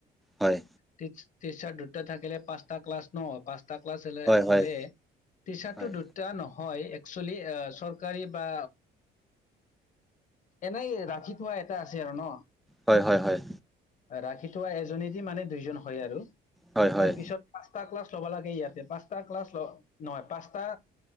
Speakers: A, in the centre; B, on the left.
A: হয়
B: টিচাৰ দুটা থাকিলে পাঁচটা ক্লাছ নহয় পাচ টা ক্লাছ
A: হয়
B: হ'লে,
A: হয়
B: টিচাৰটো
A: হয়
B: দুটা নহয় হয়, এক্সুয়েলি চৰকাৰী বা এনেই ৰাখি থোৱা এটা আছে আৰু ন।
A: হয়-হয়-হয়।
B: ৰাখি থোৱা এজনীদি মানে দুইজন হয় আৰু,
A: হয় হয় হয়
B: তাৰপিছত পাঁচটা ক্লাছ লবা লাগে ইয়াতে পাঁচ পাঁচটা ক্লাছ ল নহয়, পাঁচটা